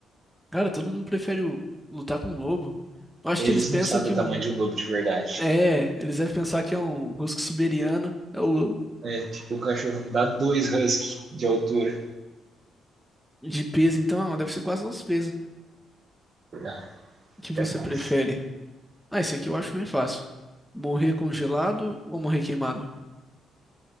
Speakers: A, in the centre; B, on the right.
A: Cara, todo mundo prefere o- lutar com um lobo. Eu acho
B: Eles
A: que eles pensam
B: não sabem
A: que
B: o
A: um.
B: tamanho de um lobo de verdade.
A: É, eles devem pensar que é um husky siberiano, é o lobo.
B: É, tipo um cachorro dá dois husky de altura.
A: De peso, então, deve ser quase nosso peso.
B: Ah,
A: O que você
B: é mais.
A: prefere? Ah, esse aqui eu acho bem fácil. Morrer congelado ou morrer queimado?